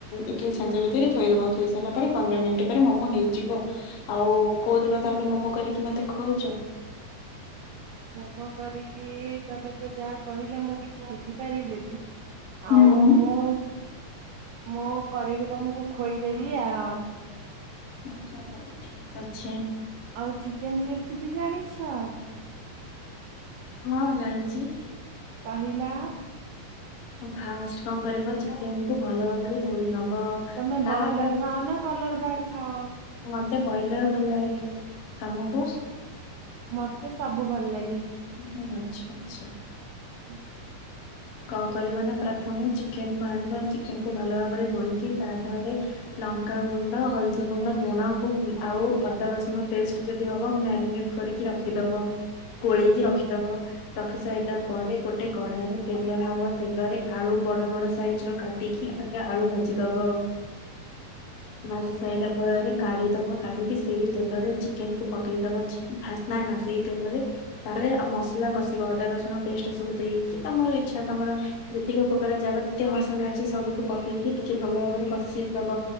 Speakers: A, on the left; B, on the right.
A: ଇଟିଲି ଛାଞ୍ଚ ଭିତେରେ ଥୋଇଦବ, ଥୋଇ ସାରିଲା ପରେ ପନ୍ଦର ମିନିଟ୍ ପରେ ମୋମୋ ହେଇଯିବ। ଆଉ କୋଉଦିନ ତାହେଲେ ମୋମୋ କରିକି ମତେ ଖୁଆଉଚ?
B: ମୋମୋ କରିକି ତମେ ତ ଯାହା କହିଲ ମୁଁ କିଛି ବୁଝିପାରିଲିିନି। ଆଉ
A: ହୁଁ
B: ମୁଁ-ମୁଁ କରିକି ତମୁକୁ ଖୋଇଦେବି ଆଉ।
A: ଆଚ୍ଛା ହଉ ଠିକ୍ ଅଛି।
B: ଆଉ ଚିକେନ୍ ରେସିପି ଜାଣିଛ?
A: ହଁ ଜାଣିଚି।
B: କହିିଲ।
A: ଫାଷ୍ଟ୍ କଣ କରିବ ଚିକେନ୍ କୁ ଭଲ ଭାବରେ ଧୋଇ ନବ।
B: ତମେ
A: ତାପରେ
B: ବଏଲର୍ ଖାଅ ନା କଲର୍ ବାର୍ଡ ଖାଅ?
A: ମତେ ବଏଲର୍ ଭଲ୍ ଲାଗେ। ତମକୁ?
B: ମତେ ସବୁ ଭଲ୍ ଲାଗେ।
A: <unintelligible> ଆଚ୍ଛା-ଆଚ୍ଛା।
B: ହୁଁ।
A: କଣ କରିବ ନା ପ୍ରଥମେ ଚିକେନ୍ କୁ ଆଣିବା ଚିକେନ୍ କୁ ଭଲ ଭାବରେ ଧୋଇକି ତା ଦେହରେ ଲଙ୍କା ଗୁଣ୍ଡ, ହଳଦୀ ଗୁଣ୍ଡ, ଲୁଣ କୁ ଆଉ ଅଦା ରସୁଣ ପେଷ୍ଟ ଯଦି ହବ ମ୍ୟାରିନେଟ୍ କରିକି ରଖିଦବ। ଗୋଳେଇକି ରଖିଦବ, ରଖି ସାଇଲା ପରେ ଗୋଟେ କଡାରେ ତେଲ ନବ, ତେଲରେ ଆଳୁ ବଡ-ବଡ ସାଇଜ୍ ର କାଟିକି ଆଗେ ଆଳୁ ଭାଜିଦବ। ଭାଜିି ସାଇଲା ପରେ କାଢ଼ି ଦବ, କାଢ଼ିକି ସେଇ ତେଲରେ ଚିକେନ୍ କୁ ପକେଇଦବ ଫାଷ୍ଟ ନା-ନା ସେଇ ତେଲରେ ତାପରେ ମସଲା କଷିବ ଅଦା ରସୁଣ ପେଷ୍ଟ ସବୁ ଦେଇକି ତମ ଇଛା ତମର ଯେତିକି ପକାର ଯାବତ୍ୟ ମସଲା ଅଛି ସବୁକୁ ପକେଇକି ଟିକେ ଭଲ ଭାବରେ କଷିଦବ।